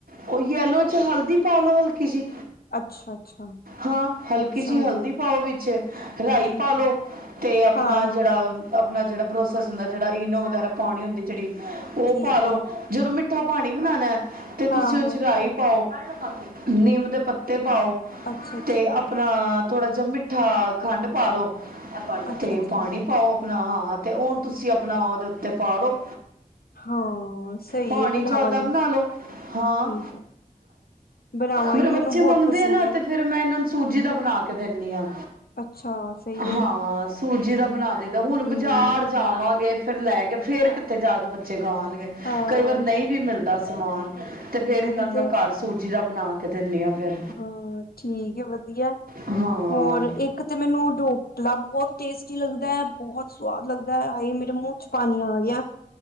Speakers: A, on the right (about 75°); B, on the left (about 90°).
A: ਉਹ ਯਲੋ ਚ ਹਲਦੀ ਪਾ ਲੋੋ ਹਲਕੀ ਜਿਹੀ।
B: ਅੱਛਾ-ਅੱਛਾ
A: ਹਾਂ, ਹਲਕੀ ਜਿਹੀ
B: ਸਮਝ
A: ਹਲਦੀ
B: ਗਈ
A: ਪਾਓ ਵਿੱਚ, ਰਾਈ
B: ਠੀਕ
A: ਪਾ ਲੋ।
B: ਹੈ
A: ਤੇ ਆਪਣਾ
B: ਹਾਂ-ਹਾਂ
A: ਜਿਹੜਾ। ਆਪਣਾ ਜਿਹੜਾ ਪ੍ਰੋਸੈਸ ਹੁੰਦਾ, ਜਿਹੜਾ ਇਨੋ ਵਗੈਰਾ ਪਾਣੀ ਹੁੰਦੀ, ਜਿਹੜੀ ਉਹ
B: ਠੀਕ
A: ਪਾਾਲੋ
B: ਹੈ
A: ਜਦੋਂ ਮਿੱ ਮਿੱਠਾ ਪਾਣੀ ਬਣਾਉਣਾ। ਤੇ
B: ਹਾਂ-ਹਾਂ
A: ਤੁਸੀਂ ਉਹ ਚ ਰਹੀ ਪਾਓ ਨਿੰਮ ਦੇ ਪੱਤੇ ਪਾਓ।
B: ਅੱਛਾ-ਅੱਛਾ
A: ਤੇ ਆਪਣਾ ਥੋੜਾ ਜਿਹਾ ਮਿੱਠਾ ਖੰਡ ਪਾ ਦੋ।
B: ਅੱਛਾ-ਅੱਛਾ
A: ਤੇ ਪਾਣੀ ਪਾਓ ਆਪਣਾ। ਹਾਂ ਤੇ, ਉਹਨੂੰ ਤੁਸੀਂ ਆਪਣਾ ਉਹਦੇ ਉੱਤੇ ਪਾ ਦੋ।
B: ਹਾਂ ਸਹੀ
A: ਪਾਣੀ
B: ਹੈ ਬਣਾਵਾਂਗੀ
A: ਜਿਆਦਾ ਬਣਾ ਲੋ। ਹਾਂ।
B: ਠੀਕ ਹੈ। ਬਣਾਵਾਂਗੀ
A: ਮੇਰੇ ਬੱਚੇ
B: ਮੈਨੂੰ ਬਹੁਤ
A: ਮੰਗਦੇ
B: ਪਸੰਦ
A: ਆ ਨਾ।
B: ਹੈ
A: ਤੇ ਫੇਰ ਮੈਂ ਇਹਨਾਂ ਨੂੰ ਸੂਜੀ ਦਾ ਬਣਾ ਕੇ ਦੇਣੀ ਆਂ।
B: ਅੱਛਾ ਸਹੀ ਹੈ
A: ਹਾਂ ਸੂਜੀ ਦਾ ਬਣਾ ਦੇਈਦਾ। ਹੁਣ
B: ਹੂੰ।
A: ਬਾਜ਼ਾਰ ਜਾਵਾਂਗੇ ਫੇਰ ਲੈ ਕੇ, ਫੇਰ ਕਿੱਥੇ ਜਾ ਕੇ ਬੱਚੇ ਖਾਣਗੇ।
B: ਹਾਂ
A: ਕਈ ਵਾਰ ਨਹੀਂ ਵੀ ਮਿਲਦਾ। ਸਮਾਨ। ਤੇ ਫੇਰ ਇਹਨਾਂ
B: ਉਹੀ
A: ਨੂੰ
B: ਤੇ
A: ਮੈਂ ਘਰ ਸੂਜੀ ਦਾ ਬਣਾ ਕੇ ਦਿੰਦੀ ਹਾਂ। ਫੇਰ,
B: ਹਾਂ ਠੀਕ ਏ ਵਧੀਆ
A: ਹਾਂ
B: ਹੋਰ ਕੀ। ਇਕ ਤੇ ਮੈਨੂੰ ਢੋਕਲਾ ਬਹੁਤ ਟੇਸਟੀ ਲੱਗਦਾ ਹੈ। ਬਹੁਤ ਸੁਵਾਦ ਲੱਗਦਾ ਏ। ਆਏ ਮੇਰੇ ਮੂੰਹ ਚ ਪਾਣੀ ਆ ਗਿਆ।